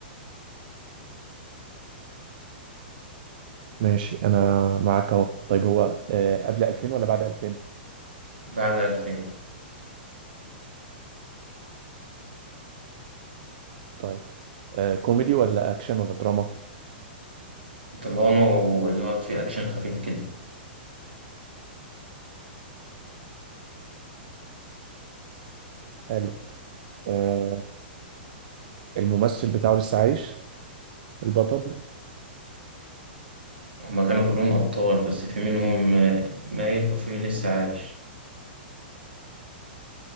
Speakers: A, on the right; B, on the right.
A: ماشي أنا معاك أهو طيب هو آه قبل 2000 ولا بعد 2000
B: بعد ألفين
A: طيب آه كوميدي ولا أكشن ولا دراما
B: دراما واللي هو فيه أكشن خفيف كده
A: حلو آه الممثل بتاعه لسه عايش البطل
B: هما كانوا كلهم أبطال بس في منهم آه، ميت وفي لسه عايش